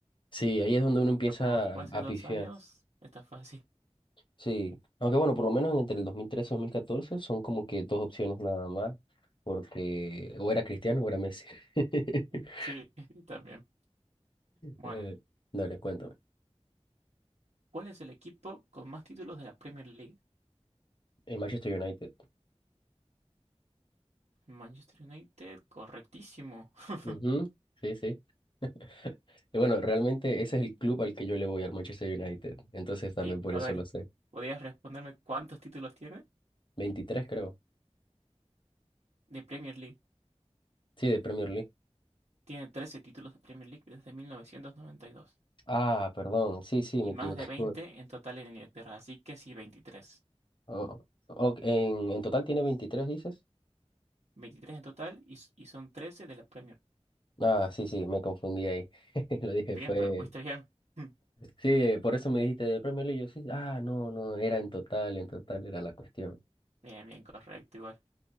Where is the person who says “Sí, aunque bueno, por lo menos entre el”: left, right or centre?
Left